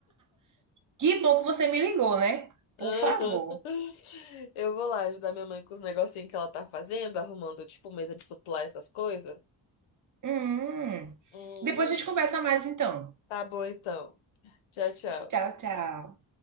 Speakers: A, on the right; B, on the left.
A: Que bom que você me ligou, né? Por
B: <laughs> Aham.
A: favor.
B: Eu vou lá ajudar minha mãe com os negocinhos que ela tá fazendo, arrumando, tipo, mesa de suplá, essas coisas.
A: Hum.
B: Hum,
A: Depois a gente conversa mais, então.
B: tá bom então. Tchau, tchau.
A: Tchau, tchau.